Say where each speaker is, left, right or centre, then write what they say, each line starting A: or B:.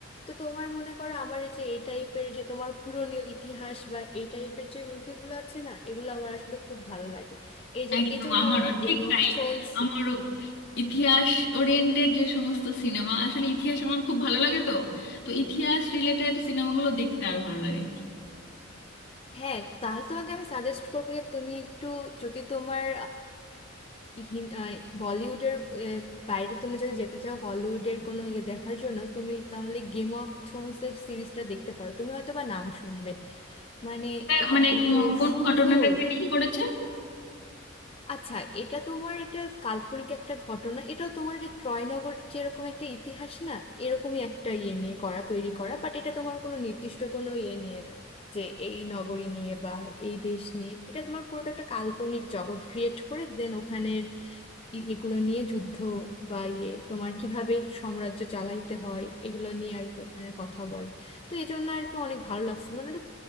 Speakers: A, on the left; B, on the left.
A: তো তোমার মনে করো আমার এই যে এই টাইপের যে তোমার পুরনো ইতিহাস বা এই টাইপের যে মুভিগুলো আছে না এগুলো আমার আসলে খুব ভালো লাগে এই যে
B: একদম
A: এই জন্য
B: আমারও
A: আমার আবার
B: ঠিক
A: গেম অফ
B: তাই
A: থ্রোনস
B: আমারও ইতিহাস ওরিয়েন্টেড যে সমস্ত সিনেমা আসলে ইতিহাস আমার খুব ভালো লাগে তো তো ইতিহাস রিলেটেড সিনেমাগুলো দেখতে আরো ভালো লাগে
A: হ্যাঁ তাহলে তোমাকে আমি সাজেস্ট করবো যে তুমি একটু যদি তোমার হিন- আহ, বলিউডের আহ, বাইরে তুমি যদি যেতে চাও হলিউডের কোনো ইয়ে দেখার জন্য তুমি তাহলে গেম অফ থ্রোনস এর সিরিজটা দেখতে পারো তুমি হয়তো বা নাম শুনবে মানে
B: তা
A: এটা
B: মানে
A: এত
B: কো- কোন
A: সুন্দর
B: ঘটনাটাকে নিয়ে করেছে
A: আচ্ছা এটা তোমার একটা কাল্পনিক একটা ঘটনা এটাও তোমার যে ট্রয়নগরের যেরকম একটা ইতিহাস না এরকমই একটা ইয়ে নিয়ে করা তৈরি করা বাট এটা তোমার কোনো নির্দিষ্ট কোনো ইয়ে নিয়ে না যে এই নগরী নিয়ে বা এই দেশ নিয়ে এটা তোমার পুরোটা একটা কাল্পনিক জগৎ ক্রিয়েট করে দেন ওখানে এ- এগুলো নিয়ে যুদ্ধ বা ইয়ে তোমার কিভাবে সাম্রাজ্য চালাইতে হয় এগুলো নিয়ে আর কি ওখানে কথা বলে তো এই জন্য আর কি অনেক ভালো লাগছিল মানে একটু